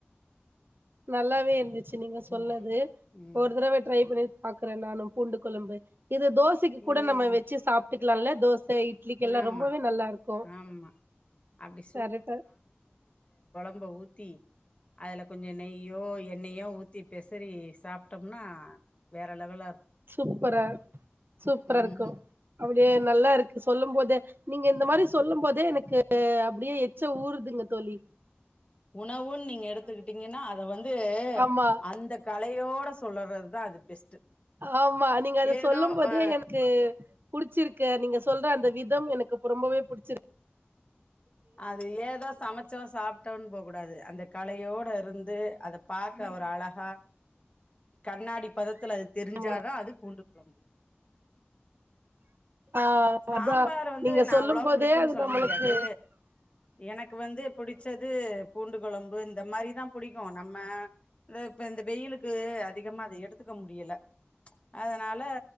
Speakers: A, on the right; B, on the left.
A: நல்லாவே இருந்து ச்சு நீங்க சொன்னது
B: ம் ம்
A: ஒரு தடவ ட்ரை பண்ணி பாக்குறே நானு பூண்டு கொழும்பு இது தோசைக்கு கூட
B: ம்
A: நம்ம வச்சு சாப்ட்டுக்கலால தோச இட் இட்லிக்கெலா
B: ஆமா
A: ரொம்பவே நல்லாருக்கு
B: ஆமா அப்டி
A: கரட்டு
B: ம்ப ஊத்தி அதுல கொஞ்ச நெய்யோ எண்ணெயோ ஊத்தி பெசறி சாப்ட்டம்னா வேற லெவலா இருக்
A: சூப்பரா சூப்பர இருக்கு
B: ம்
A: அப்டியே நல்லாருக் சொல்லும் போதே நீங்க இந்த மாரி சொல்லும் போதே எனக்கு அப்டியே எச்ச ஊறுதுங்க தோழி
B: உணவுன் நீங்க எடுத்துக்கிட்டிங்கனா அத வந்து
A: ஆமா
B: அந்த கலையோட சொல்லறது தா அது பெஸ்ட்டு
A: ஆமா நீங்க அத
B: ஏதோ
A: சொல்லும் போதே
B: அ
A: எனக்கு புடிச்சிருக்கு நீங்க சொல்ற அந்த விதம் எனக்கு ப ரொம்பவே புடிச்சிருக்
B: அது ஏதோ சமைச்சோ சாப்டோன் போக கூடாது அந்த கலையோட இருந்து அத பாக்க ஒரு அழகா கண்ணாடி பதத்துல அது தெரிஞ்சாதா
A: ஆமா
B: அது பூண்டு கொழம்பு
A: ஆ
B: சாம்பார்
A: அதா
B: வந்து
A: நீங்க
B: நா
A: சொல்லும்
B: அவ்ளவ
A: போதே
B: புடிக்குன்
A: அது
B: சொல்ல
A: நம்மளுக்கு
B: முடியாது எனக்கு வந்து புடிச்சது பூண்டு கொழம்பு இந்த மாரி தா புடிக்கு நம்ம இந்த இப்ப இந்த வெயிலுக்கு அதிகமா அத எடுத் துக்க முடியல அதனால